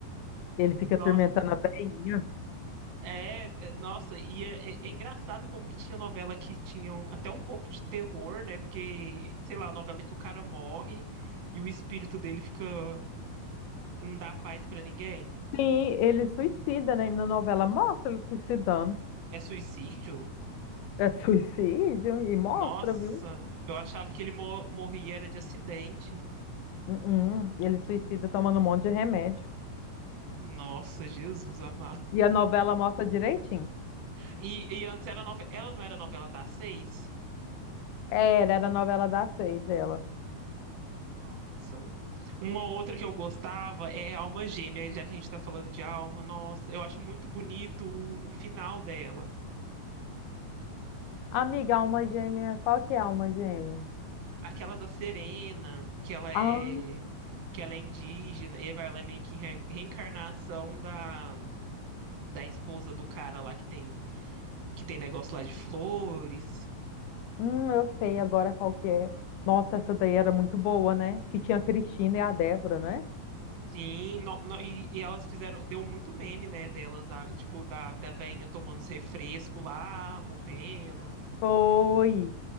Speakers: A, on the left (about 90°); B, on the right (about 75°).
A: Ele fica
B: Nossa,
A: atormentando a velhinha.
B: é, é- nossa, e é, é- é engraçado como que tinha novela que tinham até um pouco de terror, né? Porque, sei lá, novela que o cara morre e o espírito dele fica não dá paz pra ninguém.
A: Sim, ele suicida, né? E na novela mostra ele suicidando.
B: É suicídio?
A: É suicídio e mostra,
B: Nossa,
A: viu?
B: eu achava que ele mo- morria era de acidente.
A: Hum, hum. Ele suicida tomando um monte de remédio.
B: Nossa, Jesus amado.
A: E a novela mostra direitinho.
B: E, e antes era nove- ela não era novela das seis?
A: Era, era a novela das seis, ela.
B: Nossa. Uma outra que eu gostava é Alma Gêmea, já que a gente tá falando de alma. Nossa, eu acho muito bonito o, o final dela.
A: Amiga, alma gêmea, qual que é a alma gêmea?
B: Aquela da Serena, que ela é
A: Ah,
B: que ela é indígena, e vai- ela é meio que re- reencarnação da, da esposa do cara lá que tem que tem negócio lá de flores.
A: hum, eu sei agora qual que é. Nossa, essa daí era muito boa, né? Que tinha a Cristina e a Débora, né?
B: Sim, no- no- e, e elas fizeram, deu muito meme, né, delas, a- tipo, da, da veinha tomando os refrescos lá, morrendo,
A: Foi.